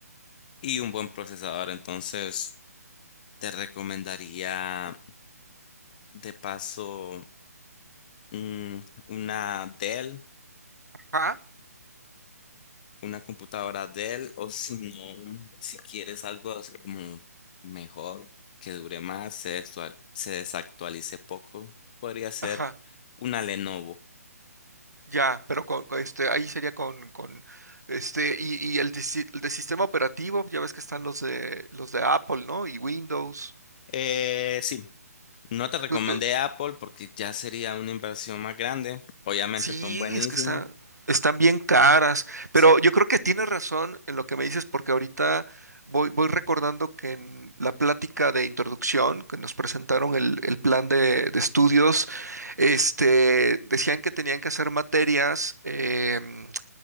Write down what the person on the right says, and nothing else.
Ajá,
ajá,
ya, pero con, con este, ahí sería con, con este, y, y el de, si- el de sistema operativo, ya ves que están los de los de Apple, ¿no? Y Windows.
¿Tú, tú-
Sí,
es que están, están bien caras,
pero yo creo que tienes razón en lo que me dices porque ahorita voy, voy recordando que en la plática de introducción que nos presentaron el, el plan de, de estudios, este, decían que tenían que hacer materias, em,